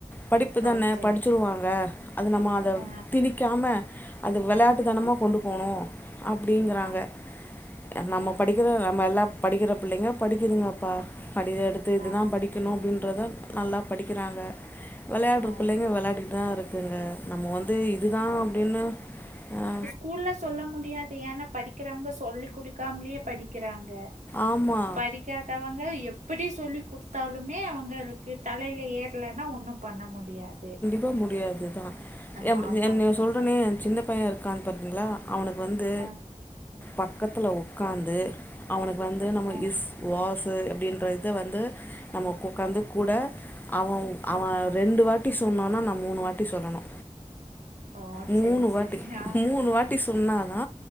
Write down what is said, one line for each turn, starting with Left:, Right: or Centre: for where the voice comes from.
Left: படிப்பு தான
Right: ஓ சரி.
Left: படிச்சிருவாங்க அத நம்ம அத
Right: ஆ
Left: திணிக்காம அத வெளாட்டு
Right: ஆ
Left: தனமாக கொண்டு போணு அப்டிங்கிறாங்க
Right: ஆ
Left: அ நம்ம
Right: ஆ
Left: படிக்கிற நம்ம எல்லா படிக்கிற பிள்ளைங்க படிக்குதுங்கப்பா படிய எடுத்து இதுதா
Right: ஆ
Left: படி க்கணு அப்டின்றத நல்லா படிக்கிறாங்க வெளயாடுற
Right: ஆ
Left: பிள்ளைங்க வெளயாடிட் தா இருக்குதுங்க நம்ம வந்து இதுதா அப்டினு அ
Right: கூல்ல சொல்ல முடியாது ஏனா படிக்கிறவுங்க சொல்லிக் குடுக்காமலேயே படி க்கிறாங்க
Left: ஆமா
Right: படிக் கேட்ட அவங்க எப்டி சொல்லி குட்த்தாலுமே அவுங்களுக்கு தலைல ஏறலன்னா ஒண்ணு பண்ண முடியாது
Left: போ முடியாதுதா
Right: ஆமாக்கா.
Left: எம் என் சொல்றனே என் சின்ன பையே இருக்கான் பாத்தீங்களா அவனுக்கு வந்து
Right: ஆ
Left: பக்கத்தில உக்காந்து அவனுக்கு வந்து நம்ம
Right: ஆ
Left: இஸ் வாசு அப்டின்ற இத வந்து நம்ம கு உக்காந்து கூட அவவு அவ
Right: ஆ
Left: ரெண்டு வாட்டி சொன்னான்னா நா மூணு வாட்டி சொல்லணு
Right: ஓ
Left: மூணு
Right: சேரி சேரி
Left: வாட்டி
Right: ஆ
Left: மூணு வாட்டி சொன்னாதா